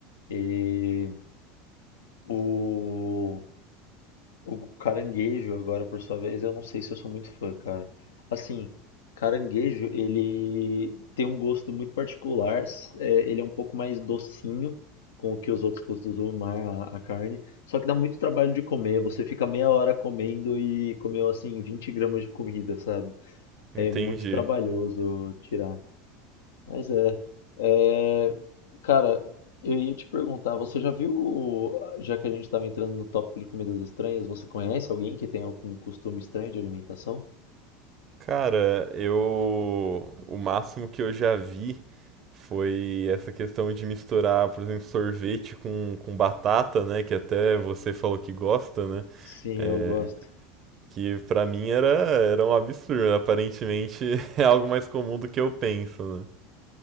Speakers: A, on the left; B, on the right.
A: E o O caranguejo, agora por sua vez, eu não sei se eu sou muito fã, cara. Assim, caranguejo, ele tem um gosto muito particular. s- é, ele é um pouco mais docinho com o que os outros frutos do mar, a, a carne. Só que dá muito trabalho de comer. Você fica meia hora comendo e comeu, assim, 20 gramas de comida, sabe?
B: entendi.
A: É muito trabalhoso tirar. Mas é, é, cara, eu ia te perguntar, você já viu, já que a gente estava entrando no tópico de comidas estranhas, você conhece alguém que tem algum costume estranho de alimentação?
B: Cara, eu. O máximo que eu já vi foi essa questão de misturar, por exemplo, sorvete com, com batata, né? Que até você falou que gosta, né?
A: Sim,
B: É,
A: eu gosto.
B: Que pra mim era, era um absurdo. Aparentemente <laughs> é algo mais comum do que eu penso, né?